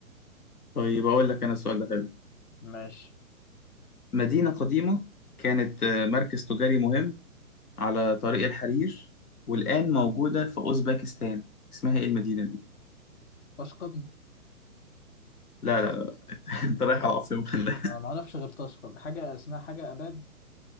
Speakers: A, on the left (about 80°); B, on the left (about 55°).
A: طيب أقول لك أنا السؤال ده حلو
B: ماشي
A: مدينة قديمة كانت آه، مركز تجاري مهم على طريق الحرير والآن موجودة في أوزبكستان اسمها إيه المدينة دي؟
B: تشقد
A: لا لا لا <laughs> انت رايح على عاصمة ولا <laughs>
B: انا ما اعرفش غير تشقد حاجة اسمها حاجة اباد